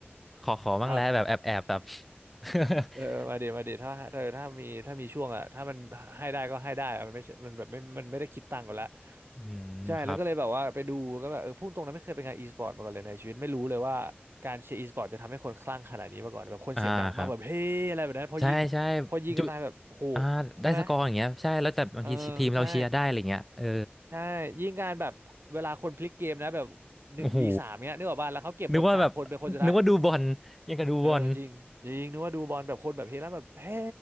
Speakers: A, in the centre; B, on the right.
A: ขอขอบ้างแล้วแบบแอบแอบแบบ
B: ครับ
A: <laughs>
B: เออมาเดี๋ยวมาเดี๋ยวถ้าเธอถ้ามีถ้ามีช่วงอ่ะถ้ามันให้ได้ก็ให้ได้อะมันไม่ใช่มันแบบไม่มันไม่ได้คิดตังค์กันละ
A: อืมครับ
B: ใช่แล้วก็เลยแบบว่าไปดูก็แบบเออพุ่งตรงนั้นไม่เคยไปงานอีสปอร์ตมาก่อนเลยในชีวิตไม่รู้เลยว่าการเชียร์อีสปอร์ตจะทำให้คนคลั่งขนาดนี้มาก่อนแบบคนเสียงดังมากแบบเฮ้อะไรแบบนั้นพอยิงพอยิงกันตายแบบโห
A: อ่าครับใช่ใช่จุอ่าได้สกอร์อย่างเงี้ยใช่แล้วแต่บางทีทีมเราเชียร์ได้อะไรเงี้ยเออ
B: ใช่ไหมเออใช่ใช่ยิงการแบบเวลาคนพลิกเกมนะแบบหนึ่งวีสามเนี้ยนึกออกป่ะแล้วเขาเก็บหมดสามคนเป็นคนสุดท้าย
A: โอ้โหนึกว่าแบบนึกว่าดูบอลยังกับดูบอล
B: เออจริงจริงนึกว่าดูบอลแบบคนแบบเฮลั่นแบบเฮ้